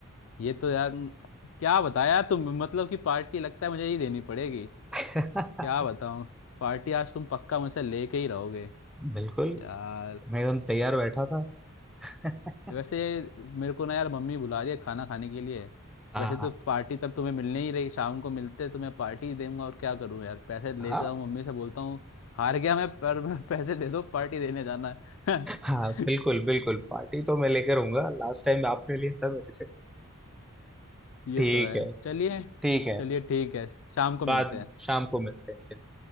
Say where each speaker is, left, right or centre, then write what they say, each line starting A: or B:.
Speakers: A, on the left; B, in the centre.
A: ये तो यार म, क्या बताया तुम मतलब कि पार्टी लगता है मुझे ही देनी पड़ेगी
B: <laughs>
A: क्या बताऊं पार्टी आज तुम पक्का मुझसे लेके ही रहोगे
B: बिल्कुल
A: यार
B: मैं एकदम तैयार बैठा था <laughs>
A: वैसे मेरे को ना यार मम्मी बुला रही है खाना खाने के लिए
B: हाँ
A: वैसे
B: हाँ
A: तो पार्टी तब तुम्हें मिलने ही रही शाम को मिलते तो मैं पार्टी ही दूंगा और क्या करूं यार पैसे लेता
B: हाँ
A: हूँ मम्मी से बोलता हूँ हार गया मैं पर <laughs> पैसे दे दो पार्टी देने जाना है
B: हाँ बिल्कुल
A: <laughs>
B: बिल्कुल पार्टी तो मैं लेकर आऊंगा लास्ट टाइम आपने लिया था मेरे से
A: ये
B: ठीक
A: तो है
B: है
A: चलिए
B: ठीक है
A: चलिए ठीक है शाम को
B: बाद
A: मिलते हैं
B: शाम को मिलते हैं चलिए